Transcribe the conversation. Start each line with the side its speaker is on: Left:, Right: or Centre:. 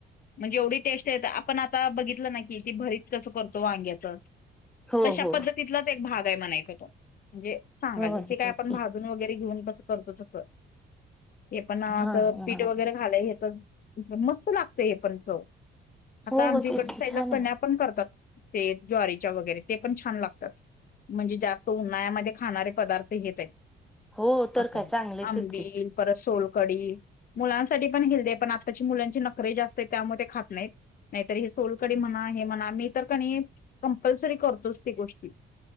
Left: म्हणजे एवढी टेस्ट येत्या आपण आता बघितलं ना की ती भरीत कसं करतो वांग्याच
Centre: हो
Left: तशा
Centre: हो
Left: पद्धतीतलाच एक भाग का म्हणायच म्हणजे सांगाले
Centre: हो ना
Left: हे काय
Centre: तेच
Left: आपण
Centre: की
Left: भाजून वगैरे घेऊन कसं करतो तसं हे पण असं
Centre: हा ह
Left: पीठ
Centre: ह
Left: वगैरे घालंय ह्याच मस्त लागतंय हे पण चव आता
Centre: हो
Left: आमच्या
Centre: हो तेच
Left: इकडच्या
Centre: की
Left: साईडला
Centre: छान
Left: कण्या
Centre: आहे
Left: पण करतात ते ज्वारीच्या वगैरे ते पण छान लागतात म्हणजे जास्त उन्हाळ्यामध्ये खाणारे पदार्थ हेच आहेत
Centre: हो तर
Left: असं
Centre: काय
Left: आहे
Centre: चांगलेच
Left: आंबिल
Centre: आहेत की
Left: परत सोल कढी मुलांनसाठी पण हेल्दी पण आताची मुलांची नखरे जास्त त्यामुळे ते खात नाहीत नाहीतर हे सोलकढी म्हणा हे म्हणा मी तर कणी कंपल्सरी करतोच ती गोष्टी